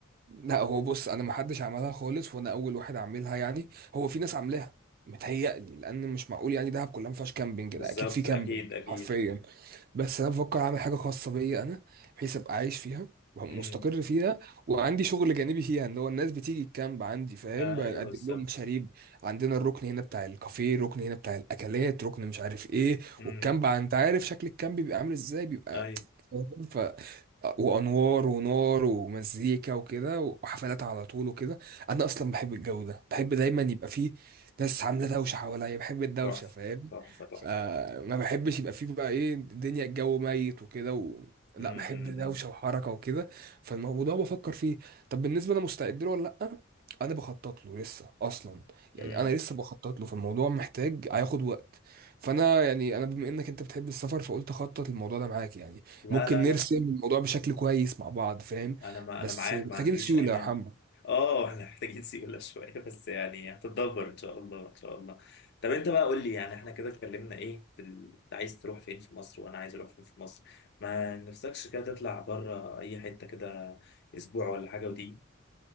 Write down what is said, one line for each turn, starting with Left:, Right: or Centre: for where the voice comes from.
Right: لا هو بص انا ما حدش عملها خالص وانا اول واحد عاملها يعني هو في ناس عاملاها متهيألي لان مش معقول يعني دهب كلها ما فيهاش كامبينج
Left: بالظبط
Right: ده اكيد في كامبينج
Left: اكيد اكيد
Right: حرفيا بس انا بفكر اعمل حاجه خاصه بيا انا بحيث ابقى عايش فيها ومستقر
Left: امم
Right: فيها وعندي شغل جانبي فيها ان هو الناس بتيجي الكامب عندي فاهم
Left: ايوه
Right: بقدم
Left: بالظبط
Right: لهم مشاريب عندنا الركن هنا بتاع الكافيه ركن هنا بتاع الاكلات ركن مش عارف ايه
Left: امم
Right: والكامب انت عارف شكل الكامب بيبقى عامل ازاي بيبقى
Left: ايوه
Right: فاهم؟ ف وانوار ونار ومزيكا وكده وحفلات على طول وكده انا اصلا بحب الجو ده بحب دايما يبقى فيه ناس عامله دوشه حواليا بحب الدوشه
Left: تحفه
Right: فاهم
Left: تحفه تحفه
Right: فما بحبش يبقى فيه بقى ايه الدنيا الجو ميت وكده و... لا
Left: امم
Right: بحب
Left: امم
Right: دوشه وحركه وكده فالموضوع بفكر فيه طب بالنسبه انا مستعد له ولا لا انا بخطط له لسه اصلا يعني
Left: امم
Right: انا لسه بخطط له فالموضوع محتاج هياخد وقت فانا يعني انا بما انك انت بتحب السفر فقلت اخطط الموضوع ده معاك يعني
Left: لا
Right: ممكن
Left: لا
Right: نرسم
Left: لا
Right: الموضوع بشكل كويس مع بعض فاهم
Left: انا ما
Right: بس
Left: انا معاك
Right: محتاجين
Left: ما عنديش
Right: سيولة
Left: ايمان
Right: يا حمو
Left: اه احنا محتاجين <laughs> سيولة شوية بس يعني هتتدبر ان شاء الله ان شاء الله طب انت بقى قول لي يعني احنا كده اتكلمنا ايه في ال... انت عايز تروح فين في مصر وانا عايز اروح فين في مصر ما نفسكش كده تطلع بره اي حتة كده اسبوع ولا حاجة ودي